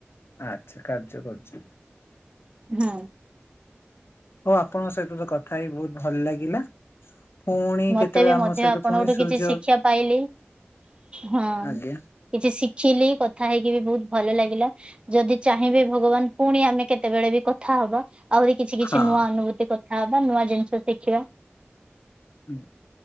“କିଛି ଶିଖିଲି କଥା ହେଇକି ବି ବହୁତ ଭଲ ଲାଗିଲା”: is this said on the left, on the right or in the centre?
Right